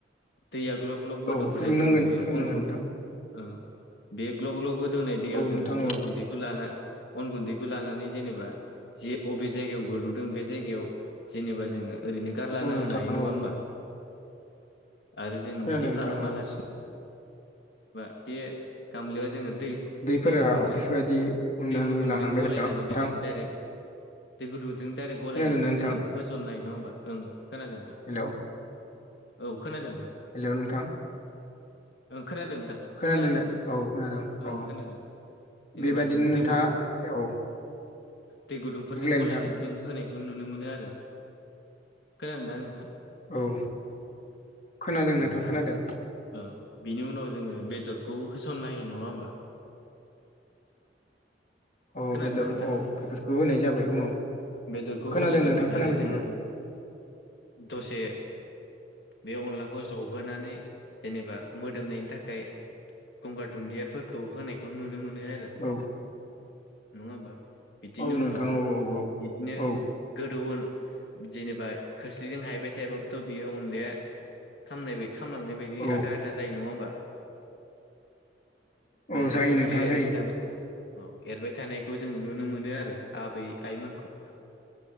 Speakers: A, on the left; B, on the left.
A: दैया ग्लब ग्लब गोदौबाथाय
B: औ फुदुंनांगोन
A: जोङो बे
B: फुदुंनांगोन
A: अनखौ
B: नोंथां
A: ओ बे ग्लब ग्लब गोदौनाय दैयाव
B: औ
A: जों
B: नोंथां औ
A: अन गुन्दैखौ लाना अन गुन्दैखौ लानानै जेनेबा जे अबे जायगायाव गोदौदों बे जायगायाव जेनेबा जोङो ओरैनो गारलाना
B: औ नोंथां
A: होनो हायो नङा
B: औ
A: होमबा आरो जों
B: खोनादों
A: बिदि
B: नोंथां
A: खालामालासिनो
B: औ
A: बा बे गामलायाव जोङो दै
B: दैफोरा
A: दै गुदुंजों
B: बेफोरबायदि उननानै
A: दै गुदुंजों
B: लानांबाय
A: गलायनानैबो
B: नामा नोंथां
A: जों दाइरेक्ट दै गुदुंजों दाइरेक्ट गलायनानैबो
B: खोनादोंना नोंथां
A: जोङो होसननो हायो नङा होमबा ओं खोनादों दा
B: हेल'
A: औ खोनादों नोंथां
B: हेलौ नोंथां
A: ओं खोनादों नोंथां
B: खोनादोंना
A: खोनायाखै
B: औ खोनादों
A: ओं
B: औ
A: खोनादों जेनेबा
B: बेबादिनो
A: जों
B: नोंथाङा
A: दै गुदुंखौ
B: औ
A: दै गुदुंफोरजों
B: बुंलाय
A: गलायनानै
B: नोंथां
A: जों होनायखौ नुनो मोनो आरो खोनादों दा नोंथाङा?
B: औ
A: <inaudible>
B: खोनादों
A: जेनेबा
B: नोंथां खोनादों
A: जोङो ओ बिनि उनाव जोङो बेदरखौ होसनना हायो नङा होमबा?
B: औ
A: खोनादोंना
B: बेदर
A: नोंथां?
B: औ बेफोरखौ होनाय जाबाय उनाव
A: बेदरखौ
B: खोनादों
A: होनाय जाबाय
B: नोंथां खोनाबायदों
A: आरो जों
B: आं
A: दसे बे अनलाखौ जबोनानै जेनेबा मोदोमनायनि थाखाय गंगार दुनदियाफोरखौ होनायखौ नुनो मोनो आरो नङा
B: औ
A: होमबा बिदिनो
B: औ नोंथां
A: उनाव
B: औ औ
A: बिदिनो
B: औ
A: गोदौहोन जेनेबा खोस्लिजों हायबाय थायोबाबोथ' बियो अनलाया खामनाय बाय खालामलांनाय बायदि
B: औ
A: आथा आथा जायो नङा होमबा? <unintelligible>
B: औ
A: जों
B: जायो
A: खोसलि
B: नोंथां
A: एरबाय
B: जायो
A: थानो औ एरबाय थानायखौ जों नुनो मोनो आरो आबै आइमोनखौ